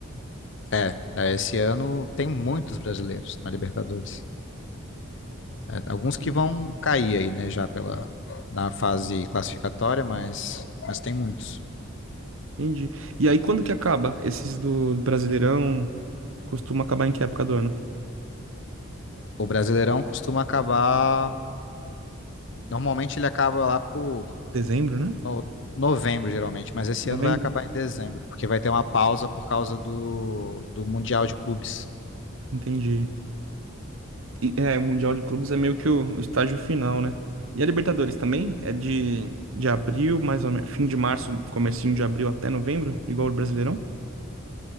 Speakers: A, on the left; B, on the right.
A: É, né, esse ano tem muitos brasileiros na Libertadores. É, alguns
B: Entendi.
A: que vão cair aí, né, já pela, na fase classificatória, mas, mas tem muitos.
B: Entendi. E aí, quando que acaba? Esses do Brasileirão costuma acabar em que época do ano?
A: O Brasileirão costuma acabar. Normalmente ele acaba lá por
B: Dezembro, né?
A: no- novembro, geralmente, mas esse
B: Novembro?
A: ano vai acabar em dezembro, porque vai ter uma pausa por causa do, do Mundial de Clubes.
B: Entendi. E, É, o Mundial de Clubes é meio que o, o estágio final, né? E a Libertadores também? É de, de abril, mais ou menos, fim de março, comecinho de abril até novembro, igual o Brasileirão?